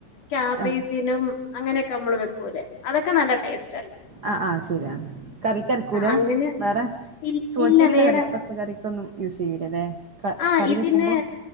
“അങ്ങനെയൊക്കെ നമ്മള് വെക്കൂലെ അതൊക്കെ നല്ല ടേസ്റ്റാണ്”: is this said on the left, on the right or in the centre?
Left